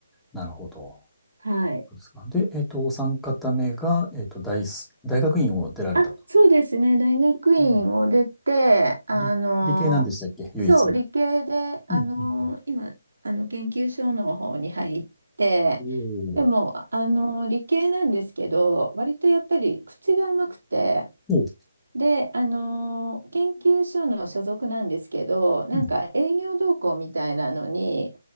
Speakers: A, in the centre; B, on the right.
A: なるほど。
B: はい。
A: そうですか。で、えっと、お三方目が、えっと、大す、大学院を出られたと。
B: あ、そうですね。大学院を出て、
A: うん。
B: あの、
A: 理、理系なんでしたっけ唯一の。
B: そう、理系で、あの、
A: うん。うん。うん
B: 今、あの、研究所の方に入って、
A: おー
B: でも、あの、理系なんですけど、割とやっぱり口が甘くて、
A: おー。
B: で、あのー研究所の所属なんですけど、なんか営業同行みたいなのに、
A: うん。